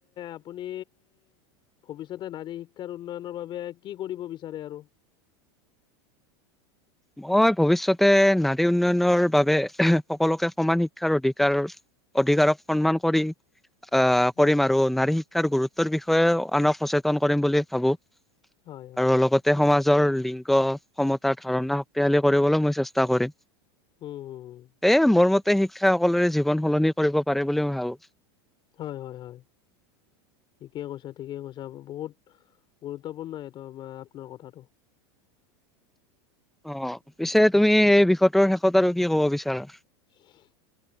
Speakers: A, on the left; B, in the centre.
A: আপুনি ভৱিষ্যতে, নাৰী শিক্ষাৰ উন্নয়নৰ বাবে কি কৰিব বিচাৰে আৰু?
B: মই ভৱিষয়তে, নাৰী উন্নয়নৰ বাবে সকলোকে সমান শিক্ষাৰ অধিকাৰ অধিকাৰক সন্মান কৰি আহ
A: উম,
B: কৰিম আৰু নাৰী শিক্ষাৰ গুৰুত্বৰ বিষয়ে আনক সচেতন কৰিম বুলি ভাবো।
A: হয়, হয়,
B: আৰু লগতে সমাজৰ লিংগ সমতা ধাৰণা শক্তিশালী কৰিবলৈ মই চেষ্টা কৰিম।
A: উম। হুম,
B: এ, মোৰ মতে শিক্ষা সকলোৰে জীৱন সলনি কৰিব পাৰে বুলি মই ভাবো।
A: হয় হয় হয়। ঠিকে কৈছা ঠিকে কৈছা বহুত গুৰুত্বপূৰ্ণ এইটো, আমাৰ আপোনাৰ কথাটো।
B: অ', পিছে তুমি সেই বিষয়টোৰ শেষত আৰু কি ক'ব বিচাৰা?
A: <unintelligible>